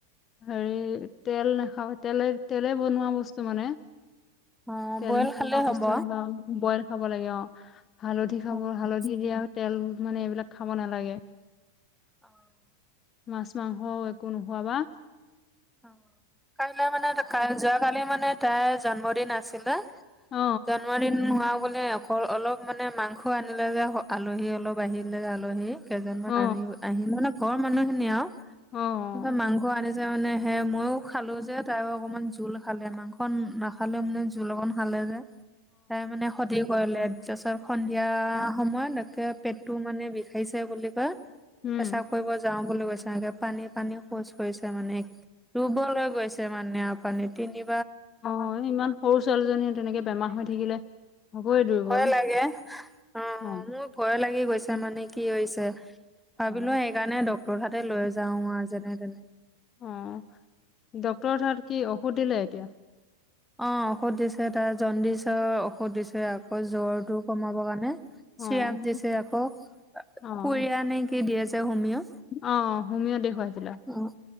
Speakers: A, on the left (about 25°); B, in the centre.
A: হেৰি তেল নাখাওঁ তেলে তেলে বনোৱা বস্তু মানে।
B: অ',
A: তেল
B: বইল খালেই
A: বনোৱা
B: হ'ব।
A: বস্তু নোখোৱাবা বইল খাব লাগে অ। হালধি খাব,
B: অ'।
A: হালধি দিয়াত তেল মানে এইবিলাক খাব নালাগে।
B: অহ।
A: মাছ মাংস একো নোহোৱা বা।
B: অহ। কাইলৈ মানে কাই যোৱাকালি মানে তাই জন্মদিন আছিলে।
A: অ'
B: জানুৱাৰীত নোৱা অকলে অলপ মানে মাংস আনিলে যে আলহী অলপ আহিলে যে আলহী। কেইজন মান
A: অ'
B: আনি-আহি মানে ঘৰ মানুহে নি আও।
A: অ' অ'
B: ত মাংস আনি যায় মানে। এ মইও খালো যে তাই অকনমান জোল খালে মাংস নাখালেও মানে জোল অকণ হালে যে। তাই মানে খতি কৰিলে তাৰপিছত সন্ধিয়া সময়ত একে পেট তটো মানে বিষাইছে বুলি কয়।
A: উম
B: পেচা কৰিব যাও বুলি কৈছে এনেকে পানী-পানী শৌচ কৰিছে মানে। ৰুবলৈ গৈছে মানেপানী তিনি
A: অ ইমান সৰু ছোৱালীজনী তেনেকে বেমাৰ হৈ থাকিলে হ'বই দুৰ্বল
B: ভয় লাগে। অহ,
A: অ'
B: মোৰ ভয় লাগি গৈছে মানে কি হৈছে।
A: অ'
B: ভাবিলো সেইকাৰণে ড্টৰঠাতে লৈ জাও। যাওঁ আ যেনে-তেনে।
A: অহ, ড্ক্তৰৰ তাত কি ঔষধ দিলে এতিয়া?
B: অহ, ঔষধ দিছে তাৰ জণ্ডিচৰ ঔষধ দিছে আকৌ জ্বৰটো কমাবৰ কাৰণে।
A: অ',
B: চিৰাপ দিছে আকৌ
A: অ',
B: পৰিয়া নে কি দিয়ে যে হোমিও?
A: অ', হোমিঅ দেখুৱাইছিলা?
B: অহ,